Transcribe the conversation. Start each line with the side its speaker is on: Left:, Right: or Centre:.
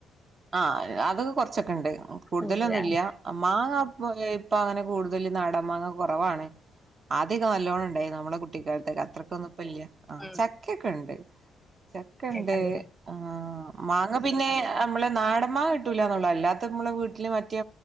Right: ആഹ് അത് ഒക്കെ കുറച്ചൊക്കെ ഉണ്ട് കൂടുതലൊന്നുമില്ല
Centre: ഉണ്ടല്ലേ
Right: മാങ്ങ ഇപ്പൊ അങ്ങനെ കൂടുതൽ നാടൻ മാങ്ങ കുറവാണ് ആദ്യക്കെ നല്ലോണംണ്ടായ്ന്നു നമ്മളെ കുട്ടിക്കാല്ത്തകെ അത്രയ്ക്കൊന്നും ഇപ്പല്ല്യ ആ
Centre: ഉം,
Right: ചക്കക്കെണ്ട് ചക്കണ്ട്
Centre: കണ്ടില്ലേ
Right: ആ മാങ്ങ പിന്നെ വ്ളെ നാടംമാങ്ങ കിട്ടൂലാന്നാെള്ളു അല്ലാ ത് മ്മളെ വീട്ട്ല് മറ്റേ